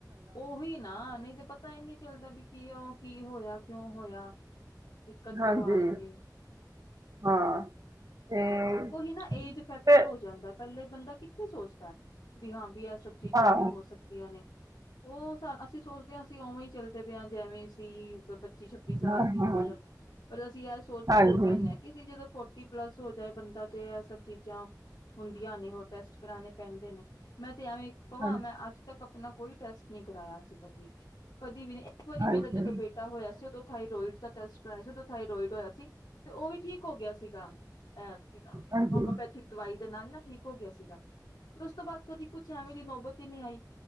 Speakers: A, on the left; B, on the right.
A: ਓਹੀ ਨਾ, ਨਹੀ ਤੇ ਪਤਾ ਹੀ ਨੀ ਚੱਲਦਾ ਵੀ ਕੀ ਆ ਓ, ਕੀ ਹੋਯਾ? ਕਯੋਂ ਹੋਯਾ? ਦਿੱਕਤ
B: ਹਾਂਜੀ
A: ਕਿਓਂ ਆ ਰਈ ਏ?
B: ਹਾਂ। ਤੇ
A: ਓਹੀ ਨਾ ਏਜ ਫੈਕਟਰ
B: ਤੇ
A: ਹੋ ਜਾਂਦਾ, ਪੈਲੇ ਬੰਦਾ ਕਿੱਥੇ ਸੋਚਦਾ। ਵੀ ਹਾਂ, ਵੀ ਏ ਸਭ ਚੀਜਾਂ
B: ਹਾਂ
A: ਵੀ ਹੋ ਸਕਦੀਆਂ ਨੇ। ਓ ਸਾ, ਅਸੀ ਸੋਚਦੇ ਆ ਅਸੀ ਓਵੇਂ ਹੀ ਚੱਲਦੇ ਪਏ ਆ ਜੇਵੇਂ ਸੀ ਪੱਚੀ-ਛੱਬੀ ਸਾਲ
B: ਹਾਂ
A: ਦੀ
B: ਹਾਂ
A: ਉਮਰ, ਪਰ ਅਸੀ ਏ ਸੋਚ
B: ਹਾਂਜੀ
A: ਪੂੱਲ ਜਾਨੇ ਆ ਕਿ ਅਸੀ ਜਦੋ ਫੋ ਟੀ ਪਲੱਸ ਹੋ ਜਾਏ ਬੰਦਾ ਤੇ ਏਹ ਸਭ ਚੀਜਾਂ ਹੁੰਦੀਆਂ ਨੇ, ਹੋ ਟੈਸਟ ਕਰਾਨੇ ਪੈਂਦੇ ਨੇ, ਮੈਂ- ਤੇ ਐਵੇਂ ਪਵਾ
B: ਹਾਂਜੀ
A: ਮੈਂ ਅੱਜ ਤੱਕ ਅਪਨਾ ਕੋਈ ਟੈਸਟ ਨੀ ਕਰਾਯਾ ਸੀ ਕਦੀ, ਕਦੀ ਵੀ ਨੀ, ਇੱਕ ਵਾਰੀ
B: ਹਾਂਜੀ
A: ਮੇਰਾ ਜਦੋ ਬੇਟਾ ਹੋਯਾ ਸੀ ਓਦੋਂ ਥਾਈਰੋਇਡ ਦਾ ਟੈਸਟ ਕਰਾਯਾ ਸੀ ਥਾਈਰੋਇਡ ਹੋਇਆ ਸੀ ਤੇ ਓਹ ਵੀ ਠੀਕ ਹੋ ਗਿਆ ਸੀਗਾ। ਐ ਕਿ ਨਾਮ ਏ?
B: ਹਾਂਜੀ
A: ਹੋਮਓਪੈਥਿਕ ਦਵਾਈ ਦੇ ਨਾਲ ਨਾ ਠੀਕ ਹੋ ਗਿਆ ਸੀਗਾ, ਫਿਰ ਉਸ ਤੋਂ ਬਾਦ ਕਦੀ ਕੁੱਛ ਐਵੇਂ ਦੀ ਨੌਬਤ ਈ ਨੀ ਆਈ।